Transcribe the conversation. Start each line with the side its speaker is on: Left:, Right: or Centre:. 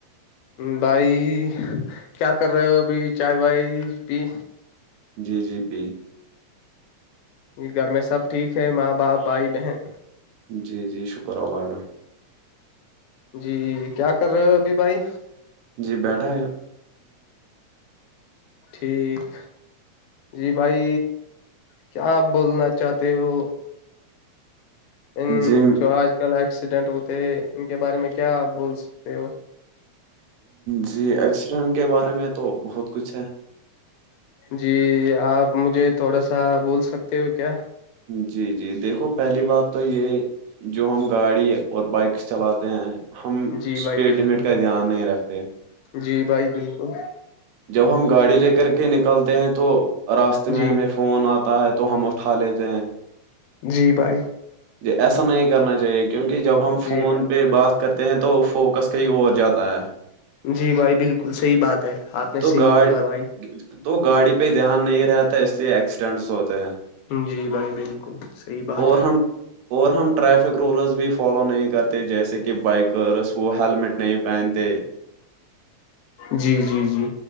Left: بھائی کیا کر رہے ہو ابھی چائے بھائی بھی
Right: جی جی پی
Left: ج گھر میں سب ٹھیک ہے ماں باپ بھائی بہن
Right: جی جی شکر اللہ کا
Left: جی کیا کر رہے ہو ابھی بھائی
Right: جی بیٹھا
Left: ٹھیک جی بھائی کیا آپ بولنا چاہتے ہو ان
Right: جی
Left: جو آج کل ایکسیڈنٹ ہوتے ہیں ان کے بارے میں کیا بول سکتے ہو
Right: جی ایکسیڈنٹ کے بارے میں تو بہت کچھ ہے
Left: جی آپ مجھے تھوڑا سا بول سکتے ہو کیا
Right: جی جی دیکھو پہلی بات تو یہ جو ہم گاڑی اور بائکس چلاتے ہیں ہم
Left: جی
Right: اسپیڈ
Left: بھائی بالکل
Right: لمٹ کا دھیان نہیں رکھتے
Left: جی بھائی بالکل
Right: جب ہم گاڑی لے کر کے نکلتے ہیں تو راستے میں
Left: جی
Right: ہمیں فون آتا ہے تو ہم اٹھا لیتے ہیں
Left: جی بھائی
Right: یہ ایسا نہیں کرنا چاہیے کہ کیونکہ جب ہم
Left: جی
Right: فون
Left: بھائی
Right: پہ بات کرتے ہیں تو فوکس کہیں اور جاتا ہے
Left: جی بھائی بالکل صحیح بات ہے آپ نے
Right: تو
Left: صحیح
Right: گاڑ
Left: بولا بھائی
Right: تو گاڑی پہ دھیان نہیں رہتا اس لیے ایکسیڈنٹس ہوتے ہیں
Left: جی بھائی بالکل صحیح بات
Right: اور
Left: ہے
Right: ہم اور ہم ٹریفک رولز بھی فالو نہیں کرتے جیسے کہ کہ بائکرس وہ ہیلمٹ نہیں پہنتے
Left: جی جی جی